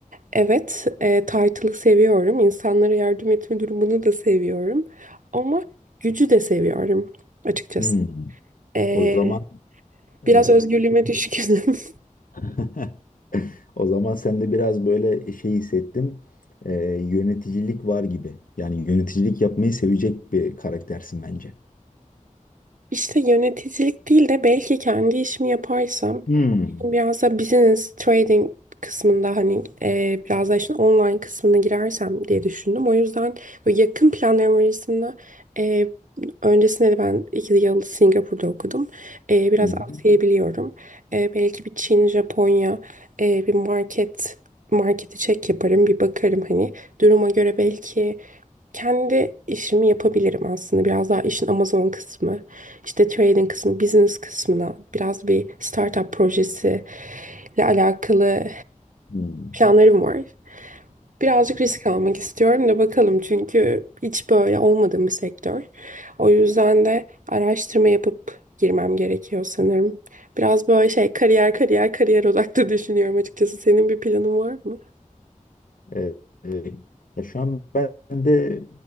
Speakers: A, on the right (about 70°); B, on the left (about 85°).
A: Evet, e, title'ı seviyorum. İnsanlara yardım etme durumunu da seviyorum. Ama Gücü de seviyorum açıkçası.
B: Hmm.
A: Ee,
B: O zaman e,
A: biraz özgürlüğüme düşkünüm. <laughs>
B: <laughs> O zaman sen de biraz böyle şey hissettim. Ee, yöneticilik var gibi. Yani yöneticilik yapmayı sevecek bir karaktersin bence.
A: İşte yöneticilik değil de belki kendi işimi yaparsam
B: Hmm.
A: biraz da business trading kısmında hani e, biraz da işin online kısmına girersem diye düşündüm. O yüzden böyle yakın planlarım arasında e, öncesinde de ben iki yıl Singapur'da okudum. E, biraz
B: Hı hı.
A: Asya'yı biliyorum. E, belki bir Çin, Japonya, e, bir market marketi çek yaparım bir bakarım hani duruma göre belki kendi işimi yapabilirim aslında. Biraz daha işin Amazon kısmı, işte trading kısmı, business kısmına biraz bir startup projesi ile alakalı
B: Hmm.
A: planlarım var. Birazcık risk almak istiyorum da bakalım çünkü hiç böyle olmadığım bir sektör. O yüzden de araştırma yapıp girmem gerekiyor sanırım. Biraz böyle şey kariyer kariyer kariyer odaklı düşünüyorum açıkçası. Senin bir planın var mı?
B: Ee, e, ya şu an ben de